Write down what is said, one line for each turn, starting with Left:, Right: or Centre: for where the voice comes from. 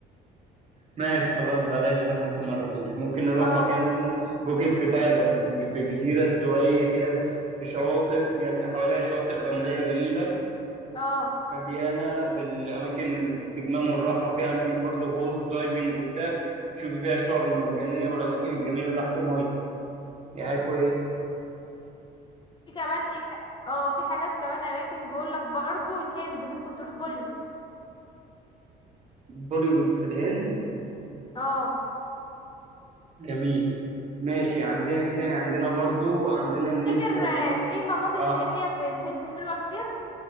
Right: ماشي خلاص بلاش ده ممكن ما نروحوش ممكن نروح
Left: اه
Right: مكان اسمه بوكيت في تايلاند في جزيرة استوائية كده في شواطئ جم... حواليها شواطئ رملية جميلة
Left: اه
Right: مليانة بالأماكن الاستجمام والراحة وفيها أماكن برضو غوص دايفنج وبتاع تشوفي فيها الشعب المرجانية والأماكن الجميلة تحت المية دي حاجة كويسة
Left: في كمان ايه ك- اه في حاجات كمان أماكن بيقولك برضو الهند ممكن تروح بوليوود
Right: بوليوود في الهند
Left: اه
Right: جميل ماشي عندنا ايه تاني عندنا برضو عندنا
Left: تفتكر
Right: النمسا النمسا
Left: آه، في مناطق
Right: اه
Left: سياحية في الهند حلوة كتير